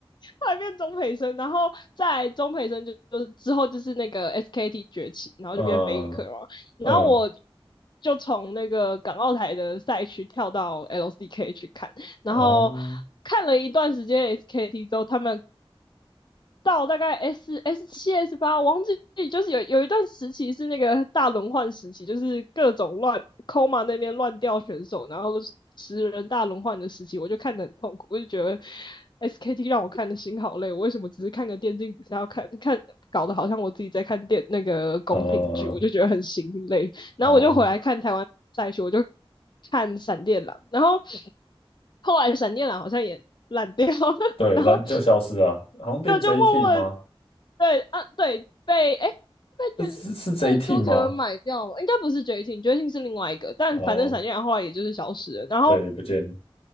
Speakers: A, on the left; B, on the left.
A: 后来变钟培生，然后在钟培生就就之后就是那个 SKT 崛起，然后就变
B: 嗯
A: Faker 嘛，然后我
B: 嗯，
A: 就从那个港澳台的赛区跳到 LCK 去看，然后
B: 哦，
A: 看了一段时间 SKT 之后，他们到大概 S S 七 S 八，忘记就是有有一段时期是那个大轮换时期，就是各种乱 Koma 那边乱掉选手，然后十人大轮换的时期，我就看得很痛苦，我就觉得 SKT 让我看的心好累。我为什么只是看个电竞比赛要看看，搞得好像我自己在看电那个宫廷剧，
B: 嗯
A: 我就觉得很心累。
B: 哦，
A: 然后我就回来看台湾赛区，我就看闪电狼，然后后来闪电狼好像也烂掉了，<laughs>
B: 对，
A: 然后。
B: 但就消失了，好像变
A: 就就默默的
B: J team 吗？
A: 对，啊，对，被诶被卷
B: 是是是 J
A: 被周杰伦买掉了，
B: team 吗？
A: 应该不是绝情，绝情是另外一个，但反正闪电侠后来也就是消失了。
B: 哦，
A: 然后
B: 对，不见。